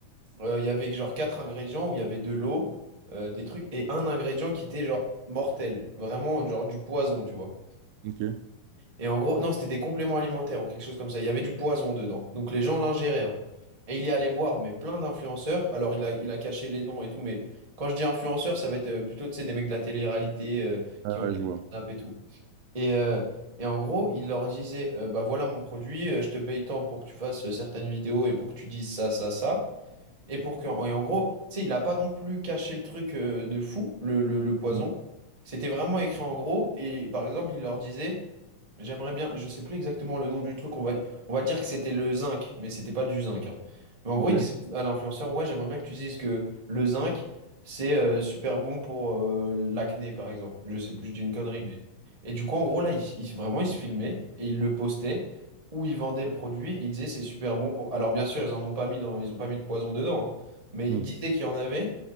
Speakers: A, on the right; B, on the right.
A: Euh, Il y avait que genre quatre ingrédients où il y avait de l'eau, euh, des trucs, et un ingrédient qui était genre mortel. Vraiment, genre du poison, tu vois.
B: ok.
A: Et en gros, non, c'était des compléments alimentaires ou quelque chose comme ça. Il y avait du poison dedans. Donc les gens l'ingéraient. hein. Et il est allé voir, mais plein d'influenceurs. Alors il a, il a caché les noms et tout, mais quand je dis influenceurs, ça va être euh, plutôt, tu sais, des mecs de la télé-réalité euh,
B: Ah
A: qui ont
B: ouais,
A: des
B: je
A: grandes
B: vois.
A: nappes et tout. Et, euh, et en gros, il leur disait, euh, bah voilà mon produit, euh, je te paye tant pour que tu fasses euh, certaines vidéos et pour que tu dises ça, ça, ça. Et pour que, et en gros, tu sais, il a pas non plus caché le truc euh, de fou, le, le, le poison.
B: Hmm,
A: C'était vraiment écrit en gros. Et par exemple, il leur disait. J'aimerais bien, je sais plus exactement le nom du truc, on va, on va dire que c'était le zinc, mais c'était pas du zinc. hein. Mais en
B: ok.
A: gros, il disait à l'influenceur, ouais, j'aimerais bien que tu dises que le zinc, c'est euh, super bon pour euh, l'acné, par exemple. Je sais plus, je dis une connerie, mais. Et du coup, en gros, là, il, il- vraiment, il se filmait et il le postait, ou il vendait le produit, et il disait c'est super bon pour. Alors, bien sûr, ils en ont pas mis dans, ils ont pas mis de poison dedans, hein. mais
B: Hmm,
A: il disait qu'il y en avait,